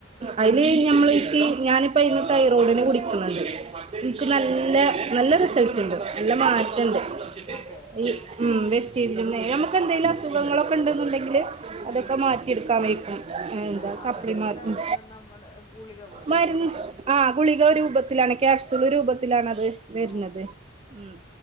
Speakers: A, on the right; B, on the left.
A: അതില് നമ്മൾ ഇൻക്ക്‌ ഞാനിപ്പോ അതിന്ന് തൈറോഡിന്റെ ഗുളി ക്കുന്നുണ്ട് എനിക്ക് നല്ല നല്ല റിസൾട്ട് ഉണ്ട് നല്ല മാറ്റണ്ട്
B: ഏതിൽ അതെ
A: ഈ
B: ഓ
A: ഉം വ്യ ചേഞ്ച്‌ ഉണ്ട് നമുക്ക് എന്തെങ്കിലും അസുഖങ്ങളൊക്കെ ഉണ്ടെന്നുണ്ടെങ്കിൽ അതൊക്കെ
B: ആ
A: മാറ്റി എടുക്കാൻ വെയ്ക്കും എന്താ
B: ആ അപ്പം
A: സപ്പ്ളിമാർക്കും
B: ഇതെന്താണ് ഏ, നമ്മുടെ ഗുളിക പോലെ
A: മരുന്ന്
B: എന്താണ് സാധനം
A: ആ ഗുളിക രൂപത്തിലാണ് ക്യാപ്സ്യൂൾ രൂപത്തിലാണത് വരുന്നത്
B: ഓ
A: ഉം